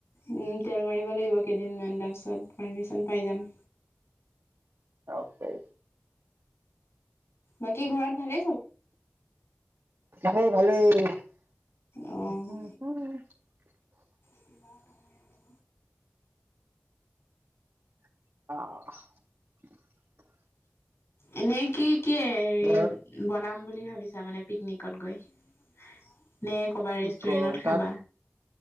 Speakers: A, on the left; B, on the right.
A: উম তেল মাৰিব লাগিব কেইদিনমান। তাৰপিছত পাৰ্মিচন পাই যাম।
B: অ'।
A: বাকী ঘৰত ভালে?
B: ভালেই ভালেই। <unintelligible>
A: অ', কিবা হয় আৰু
B: অ',
A: এনে কি কি হেৰি
B: ঘৰত
A: বনাম বুলি ভাবিছা মানে পিকনিকত গৈ নে ক'বাত ৰেষ্টুৰেণ্টত
B: কি কম
A: খাবা
B: তাত